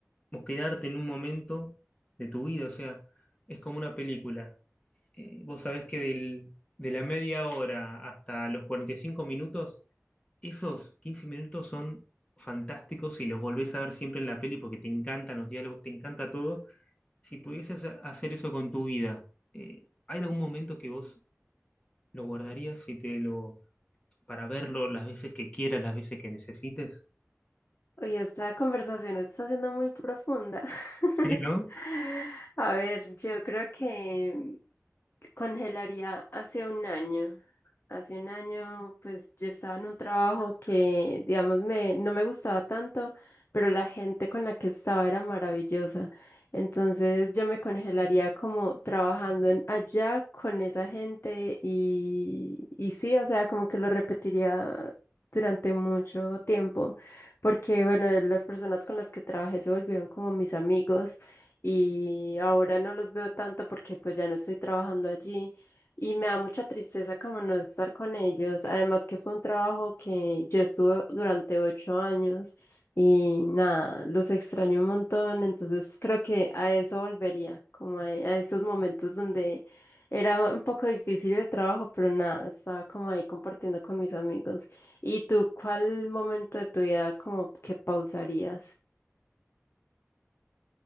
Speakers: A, on the left; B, on the left.
A: o quedarte en un momento de tu vida, o sea, es como una película. Eh, vos sabés que del- de la media hora hasta los 45 minutos, esos 15 minutos son fantásticos y los volvés a ver siempre en la peli porque te encantan los diálogos, te encanta todo. Si pudieses ha- hacer eso con tu vida, eh, ¿hay algún momento que vos lo guardarías y te lo, para verlo las veces que quieras, las veces que necesites?
B: Oye, esta conversación está siendo muy profunda. <laughs>
A: Sí, ¿no?
B: A ver, yo creo que congelaría hace un año. Hace un año, pues yo estaba en un trabajo que, digamos, me, no me gustaba tanto, pero la gente con la que estaba era maravillosa. Entonces yo me congelaría como trabajando en, allá con esa gente y, y sí, o sea, como que lo repetiría durante mucho tiempo porque bueno, de las personas con las que trabajé se volvieron como mis amigos y ahora no los veo tanto porque pues ya no estoy trabajando allí y me da mucha tristeza como no estar con ellos, además que fue un trabajo que yo estuve durante ocho años y nada, los extraño un montón, entonces creo que a eso volvería, como a, a esos momentos donde era un poco difícil el trabajo, pero nada, estaba como ahí compartiendo con mis amigos. ¿Y tú cuál momento de tu vida como que pausarías?